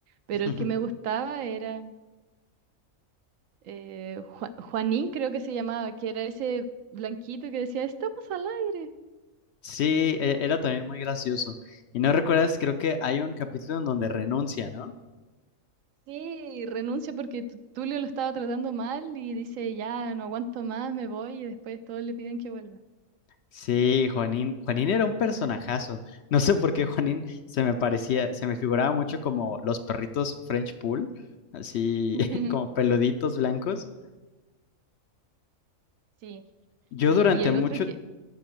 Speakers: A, on the right (about 75°); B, on the left (about 65°).
A: pero
B: <laughs>
A: el que me gustaba era eh, Ju- Juanín, creo que se llamaba, que era ese blanquito que decía, estamos al aire.
B: Sí, e- era también muy gracioso. Y no recuerdas, creo que hay un capítulo en donde renuncia, ¿no?
A: Sí, y renuncia porque Tu- Tulio lo estaba tratando mal y dice, ya, no aguanto más, me voy y después todos le piden que vuelva.
B: Sí, Juanín. Juanín era un personajazo. No sé por qué Juanín se me parecía, se me figuraba mucho como los perritos French Poodle, así
A: <laughs>
B: <laughs> como peluditos blancos.
A: Sí,
B: Yo
A: sí,
B: durante
A: y el
B: mucho,
A: otro que,